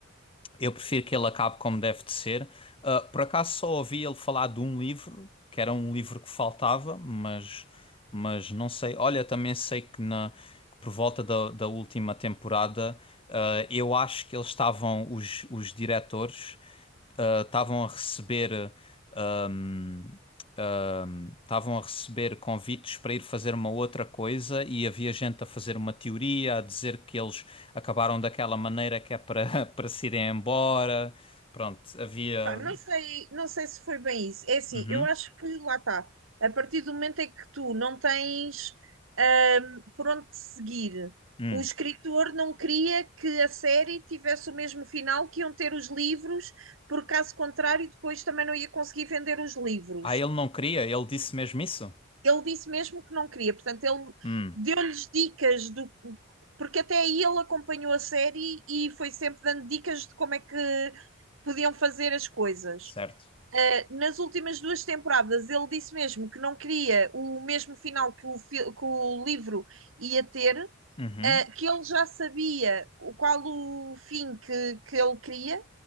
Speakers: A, on the left; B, on the right.
A: Eu prefiro que ele acabe como deve de ser. Ah, por acaso só ouvi ele falar de um livro, que era um livro que faltava, mas, mas não sei. Olha, também sei que, na, que por volta da, da última temporada, ah, eu acho que eles estavam, os, os diretores, ah, estavam a receber. ah, hum, ahm, estavam a receber convites para ir fazer uma outra coisa e havia gente a fazer uma teoria, a dizer que eles acabaram daquela maneira que é para <laughs> para se irem embora. Pronto, havia.
B: Pá, não sei, não sei se foi bem isso. É assim,
A: Uhum.
B: eu acho que lá está. A partir do momento em que tu não tens ahm, por onde te seguir,
A: Hum.
B: o escritor não queria que a série tivesse o mesmo final que iam ter os livros, porque caso contrário, depois também não ia conseguir vender os livros.
A: Ah, ele não queria, ele disse mesmo isso?
B: Ele disse mesmo que não queria, portanto, ele
A: Hum,
B: deu-lhes dicas do. Porque até aí ele acompanhou a série e foi sempre dando dicas de como é que podiam fazer as coisas.
A: certo.
B: Uh, nas últimas duas temporadas, ele disse mesmo que não queria o mesmo final que o, fi- que o livro ia ter, uh,
A: Uhum.
B: que ele já sabia o- qual o fim que, que ele queria,